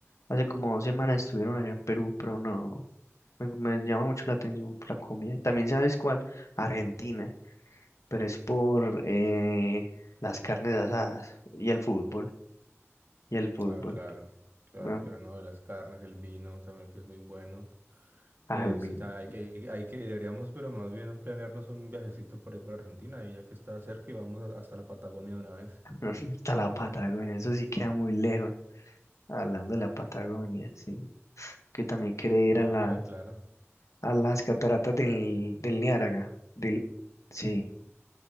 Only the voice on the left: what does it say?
hace como dos semanas estuvieron allá en Perú, pero no, no. Me, me llama mucho la atención por la comida. También sabes cuál, Argentina, pero es por eh, las carnes asadas y el fútbol. Y el fútbol.
No,
Alvin.
<laughs> Hasta la Patagonia. Eso sí queda muy lejos. Hablando de la Patagonia, sí. Que también quiere ir
a las,
a las cataratas del, del Niágara. Del, sí.